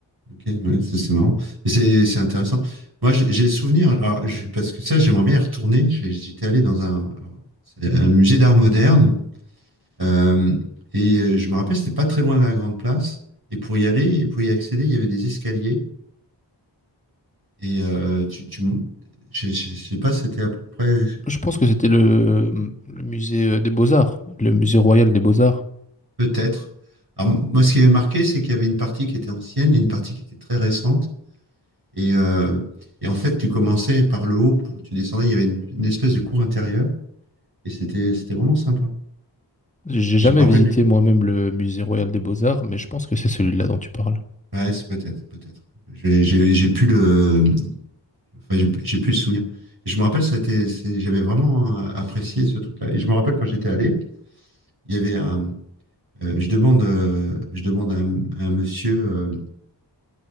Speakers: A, on the right; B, on the left.
A: Ok, ouais, c'est c'est marrant. Mais c'est c'est intéressant. Moi, j'ai j'ai souvenir, alors, je- parce que ça, j'aimerais bien y retourner. J'ai- J'étais allé dans un, alors, c'est un musée d'art moderne euh, et euh, je me rappelle, c'était pas très loin de la Grande Place. Et pour y aller, et pour y accéder, il y avait des escaliers. Et euh, tu, tu, je, je- je sais pas, c'était à peu près,
B: Je pense que c'était le, le musée euh, des Beaux-Arts, le musée royal des Beaux-Arts.
A: peut-être. Alors, moi, ce qui m'avait marqué, c'est qu'il y avait une partie qui était ancienne et une partie qui était très récente. Et, euh, et en fait, tu commençais par le haut, pour- tu descendais, il y avait une, une espèce de cour intérieure, et c'était c'était vraiment sympa.
B: J'ai jamais
A: Et je me rappelle,
B: visité
A: des-
B: moi-même le musée royal des Beaux-Arts, mais je pense que c'est celui-là dont tu parles.
A: ouais, c'est peut-être, peut-être. J'ai j'ai- j'ai plus le, enfin, j'ai j'ai plus le souvenir. Et je me rappelle, c'était, c'est- j'avais vraiment euh, apprécié ce truc-là. Et je me rappelle quand j'étais allé, il y avait un, euh, je demande, euh, je demande à un, à un monsieur, euh,